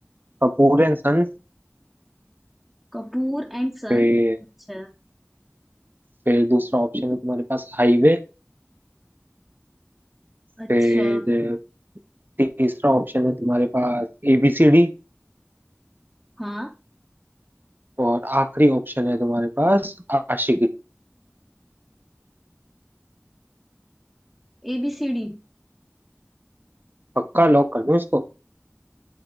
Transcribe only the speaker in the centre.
कपूर एंड सन
अच्छा
अच्छा
हाँ
A B C D